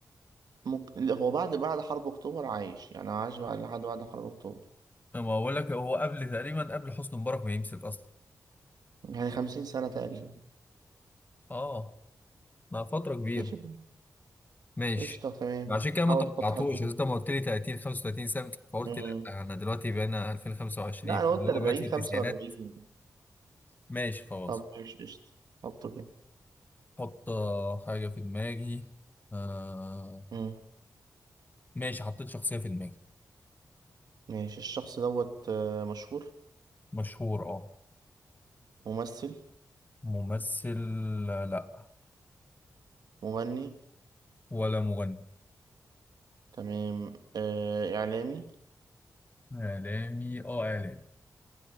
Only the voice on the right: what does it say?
ممكن لا، هو بعد بعد حرب أكتوبر عايش يعني عاش بعد لحد بعد حرب أكتوبر
يعني 50 سنة تقريبا
ماشي
قشطة تمام
حاول
تحط حد
مم.
لا أنا
قلت 40
45
طب ماشي قشطة حطه كده
مم.
ماشي الشخص دوت آه، مشهور
ممثل
مغني
تمام آه، إعلامي